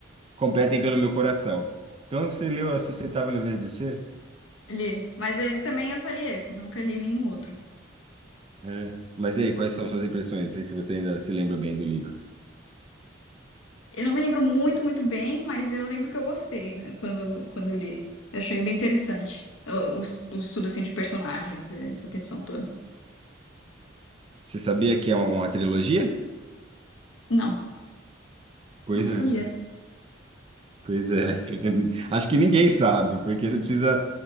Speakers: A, on the right; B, on the left.
A: competem pelo meu coração. Então, você leu A Sustentável Leveza de Ser?
B: Li, mas ele também eu só li esse, nunca li nenhum outro.
A: É. Mas e aí, quais são suas impressões? Não sei se você ainda se lembra bem do livro.
B: Eu não me lembro muito, muito bem, mas eu lembro que eu gostei, né, quando quando eu li. Eu achei bem interessante. O, o, o estudo assim de personagens, essa questão toda.
A: Você sabia que é um, uma trilogia?
B: Não,
A: Pois
B: não sabia.
A: é. Pois é. <laughs> Acho que ninguém sabe, porque você precisa